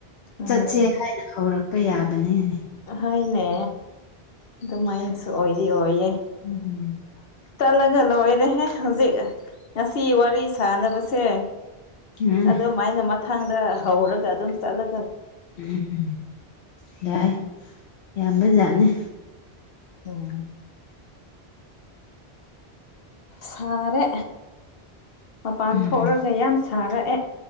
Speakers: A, on the left; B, on the left.
A: ꯎꯝ
B: ꯆꯠꯁꯦ ꯍꯥꯏꯅ ꯍꯧꯔꯛꯄ ꯌꯥꯕꯅꯦꯅꯦ
A: ꯑꯍꯣꯏꯅꯦ ꯑꯗꯨꯃꯥꯏꯅꯁꯨ ꯑꯣꯏꯗꯤ ꯑꯣꯏꯌꯦ
B: <inaudible>
A: ꯇꯠꯂꯒ ꯂꯣꯏꯔꯦꯍꯦ ꯍꯧꯖꯤꯛ ꯉꯁꯤ ꯋꯥꯔꯤ ꯁꯥꯟꯅꯕꯁꯦ
B: ꯎꯝ
A: ꯑꯗꯨ ꯃꯥꯏꯅ ꯃꯊꯪꯗ ꯍꯧꯔꯒ ꯑꯗꯨꯝ ꯆꯠꯂ
B: ꯎꯝ ꯌꯥꯏ ꯌꯥꯝꯕ ꯖꯥꯠꯅꯤ
A: ꯑꯣ ꯁꯥꯔꯦ ꯃꯄꯥꯟ
B: ꯎꯝ
A: ꯊꯣꯛꯔꯒ ꯌꯥꯝ ꯁꯥꯔꯛꯑꯦ